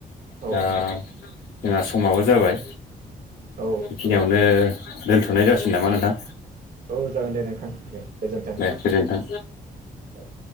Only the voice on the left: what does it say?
दा
जोंहा समाबो जाबाय
बेखिनियाव नो दोन्थ'नाय जासिगोन नामा नोंथां
गोजोन थों